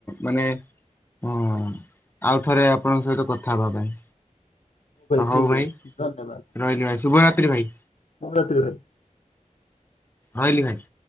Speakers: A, on the left (about 15°); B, on the left (about 60°).
A: ମାନେ ହଁ ଆଉ ଥରେ ଆପଣଙ୍କ ସହିତ କଥା ହବା ପାଇଁ। ତ ହଉ
B: ଠିକ
A: ଭାଇ
B: ଅଛି ଧନ୍ୟବାଦ
A: ରହିଲି ଭାଇ ଶୁଭରାତ୍ରି ଭାଇ।
B: <unintelligible>
A: ରହିଲି ଭାଇ।